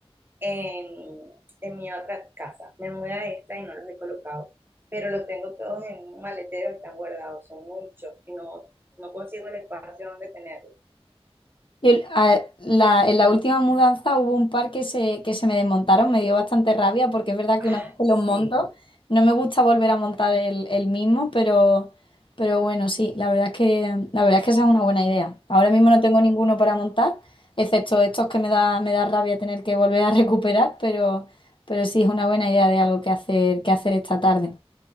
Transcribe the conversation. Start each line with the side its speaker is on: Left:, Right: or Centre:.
Right: en, en mi otra casa. Me mudé a esta y no los he colocado, pero los tengo todos en un maletero, están guardados, son muchos y no, no consigo el espacio donde tenerlos.
Left: Yo, a- la- en la última mudanza hubo un par que se, que se me desmontaron, me dio bastante rabia porque es verdad
Right: Ah,
Left: que una vez que
Right: sí,
Left: los monto, no me gusta volver a montar el, el mismo, pero, pero bueno, sí, la verdad es que, la verdad es que esa es una buena idea. Ahora mismo no tengo ninguno para montar, excepto estos que me da, me da rabia tener que volver a <laughs> recuperar, pero, pero sí es una buena idea de algo que hacer, que hacer esta tarde.